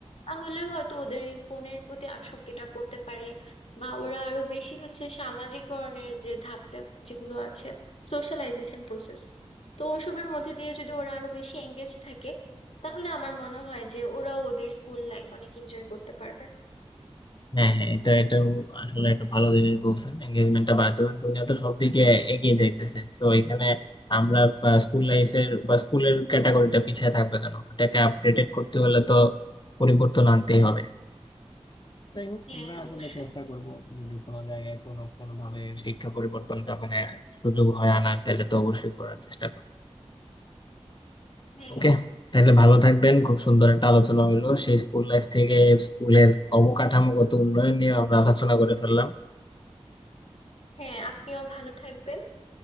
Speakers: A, on the left; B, on the left.
A: তাহলে হয়তো ওদের এই ফোনের প্রতি আসক্তিটা কমতে পারে বা ওরা আরো বেশি হচ্ছে সামাজিককরণের যে ধাপটা যেগুলো আছে সোশ্যালাইজেশন প্রসেস তো ওসবের মধ্যে দিয়ে যদি ওরা আরো বেশি এঙ্গেজ থাকে তাহলে আমার মনে হয় যে ওরাও ওদের স্কুল লাইফ অনেক এনজয় করতে পারবে
B: হ্যাঁ হ্যাঁ এটা এটাও আসলে একটা ভালো জিনিস বলছেন এঙ্গেজমেন্টটা বাড়াতে হবে দুনিয়া তো সব দিকে এগিয়ে যাইতেছে তো এখানে আমরা বা স্কুল লাইফের বা স্কুলের ক্যাটাগরিটা পিছিয়ে থাকবে কেন এটাকে আপডেটেড করতে হলে তো পরিবর্তন আনতেই হবে যাই হোক
A: হ্যাঁ
B: আমরা আসলে
A: অবশ্যই
B: চেষ্টা করব যদি কোনো জায়গায় কোনো কোনো ভাবে শিক্ষা পরিবর্তনটা মানে সুযোগ হয় আনার তাহলে তো অবশ্যই করার চেষ্টা করব
A: হ্যাঁ
B: ওকে তাহলে ভালো থাকবেন খুব সুন্দর একটা আলোচনা হলো সেই স্কুল লাইফ থেকে স্কুলের অবকাঠামোগত উন্নয়ন নিয়ে আমরা আলোচনা করে ফেললাম
A: হ্যাঁ আপনিও ভালো থাকবেন